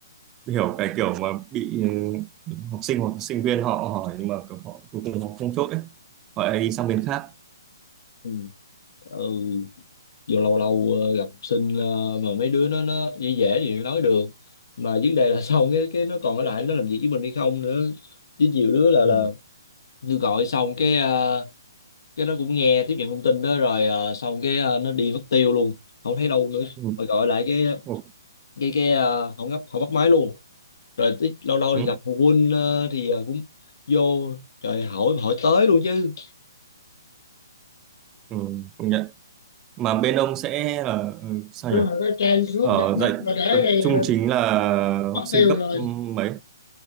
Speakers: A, on the right; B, on the left.
A: hiểu cái kiểu mà bị ừ, học sinh hoặc sinh viên họ hỏi nhưng mà kiểu họ cuối cùng họ không chốt ấy họ lại đi sang bên khác
B: ừ. ừ. Giờ lâu lâu ờ, gặp học sinh ờ, mà mấy đứa nó nó dễ dễ thì nói được mà vấn đề là <laughs> xong cái cái nó còn ở lại nó làm việc với mình hay không nữa với nhiều đứa là
A: ừ.
B: là tôi gọi xong cái ờ, cái nó cũng nghe tiếp nhận thông tin đó rồi ờ, xong cái ờ, nó đi mất tiêu luôn không thấy đâu nữa
A: Ừ.
B: rồi gọi lại cái
A: Ừ.
B: cái cái ờ, không ngấp không bắt máy luôn rồi tí- lâu lâu
A: Ừ.
B: thì gặp phụ huynh ờ, thì ờ, cũng vô trời hỏi hỏi tới luôn chứ
A: Ừ. công nhận mà bên ông sẽ là ừ, sao
B: rồi
A: nhỉ
B: cái trang xuống
A: ở
B: chắc mất
A: dạy
B: mà để đây
A: tập trung
B: ờ,
A: chính là
B: mất
A: học sinh
B: tiêu
A: cấp
B: rồi
A: ừ, mấy